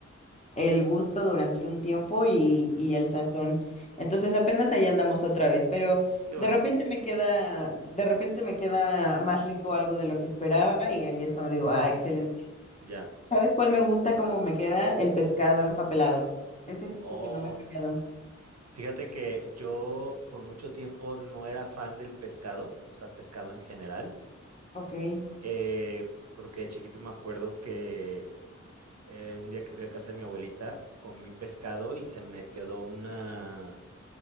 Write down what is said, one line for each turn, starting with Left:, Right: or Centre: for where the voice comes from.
Left: el gusto durante un tiempo y, y el sazón. Entonces apenas ahí andamos otra vez, pero
Right: qué
Left: de
Right: bueno,
Left: repente me queda, de repente me queda más rico algo de lo que esperaba y ahí es cuando digo, ah, excelente.
Right: ya.
Left: ¿Sabes cuál me gusta? ¿Cómo me queda? El pescado empapelado. Ese siento
Right: Oh,
Left: que no me ha fallado.
Right: fíjate que yo por mucho tiempo no era fan del pescado, o sea, pescado en general,
Left: Ok.
Right: eh, porque de chiquito me acuerdo que eh, un día que fui a casa de mi abuelita comí pescado y se me quedó una,